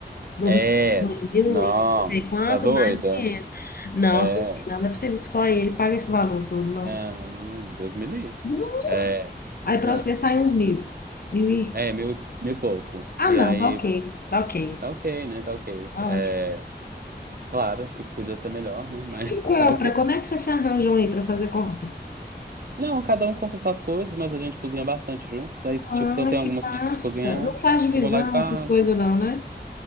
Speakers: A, on the left; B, on the right.
A: Do-
B: É,
A: dois mil
B: não,
A: e não sei quanto,
B: tá doida?
A: mais 500. Não,
B: É,
A: tô assim, não, não é possível que só ele pague esse valor todo, não.
B: não, Deus me livre.
A: Não.
B: É,
A: Aí para
B: hum.
A: você sai uns mil. Mil e...
B: é mil, e- mil e pouco.
A: Ah,
B: E
A: não,
B: aí,
A: tá ok. Tá ok.
B: tá ok, né? Tá ok.
A: Tá
B: É,
A: ótimo.
B: claro que podia ser melhor, né? Mas
A: E
B: <laughs>
A: compra,
B: tá ok.
A: como é que vocês se arranjam aí para fazer compra?
B: Não, cada um compra suas coisas, mas a gente cozinha bastante juntos. Aí, se,
A: Ah,
B: tipo, se eu tenho
A: que
B: algumas
A: passa.
B: coisas pra cozinhar,
A: Não faz divisão,
B: eu vou lá e faço.
A: essas coisas não, né?